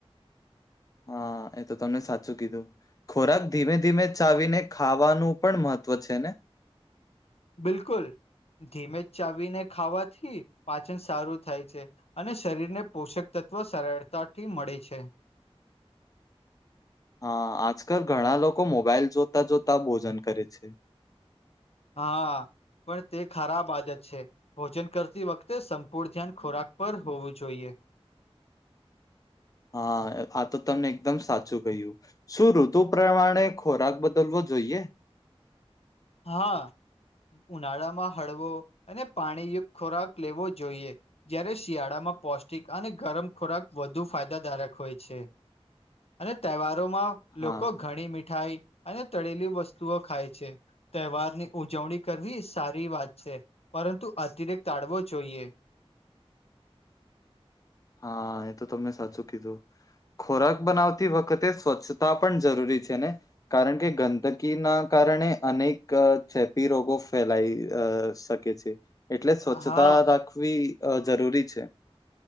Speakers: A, on the left; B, on the left.
A: હા એ તો તમે સાચું કીધું. ખોરાક ધીમે ધીમે ચાવીને ખાવાનું પણ મહત્વ છે ને?
B: બિલકુલ ધીમે જ ચાવીને ખાવાથી પાચન સારું થાય છે. અને શરીર ને પોષક તત્વ સરળતાથી મળે છે.
A: હા આજકાલ ઘણા લોકો મોબાઈલ જોતા જોતા ભોજન કરે છે.
B: હા પણ તે ખરાબ આદત છે. ભોજન કરતી વખતે સંપૂર્ણ ધ્યાન ખોરાક પર હોવું જોઈએ.
A: હા આ તો તમે એકદમ સાચું કહ્યું. શું ઋતુ પ્રમાણે ખોરાક બદલવો જોઈએ?
B: હા ઉનાળામાં હળવો અને પાણીયુક્ત ખોરાક લેવો જોઈએ. જ્યારે શિયાળામાં પૌષ્ટિક અને ગરમ ખોરાક વધુ ફાયદાકારક હોય છે. અને તહેવારોમાં
A: હા
B: લોકો ઘણી મીઠાઈ અને તળેલી વસ્તુઓ ખાય છે. તહેવાર ની ઉજવણી કરવી સારી વાત છે પરંતુ અતિરેક ટાળવો જોઈએ.
A: હા એ તો તમે સાચું કીધું. ખોરાક બનાવતી વખતે સ્વચ્છતા પણ જરૂરી છે ને? કારણ કે ગંદકીના કારણે અનેક અ ચેપી રોગો અ ફેલાય શક છે એટલે સ્વચ્છતા
B: હા
A: રાખવી જરૂરી છે.